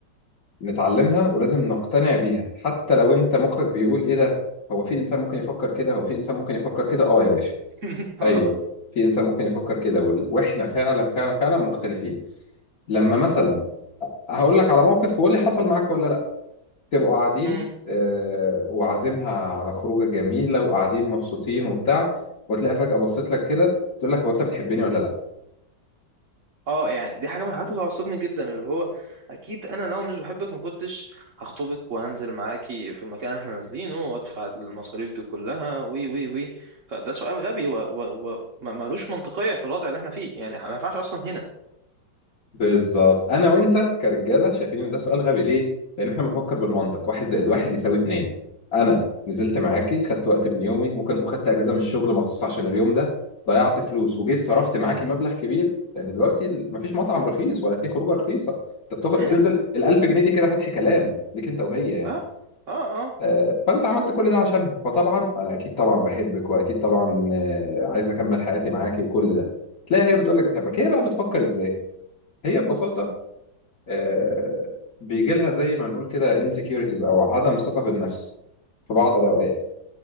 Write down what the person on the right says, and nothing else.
<laughs> اه
مم.
اه يعني دي حاجة من الحاجات اللي بتعصبني جدا اللي هو اكيد انا لو مش بحبك ما كنتش هخطبك وهنزل معاكي في المكان اللي احنا نازلينه وادفع المصاريف دي كلها وي وي وي فده سؤال غبي و, و, و ما- ملوش منطقية في الوضع اللي احنا فيه يعني ما ينفعش اصلا
هنا
اه اه اه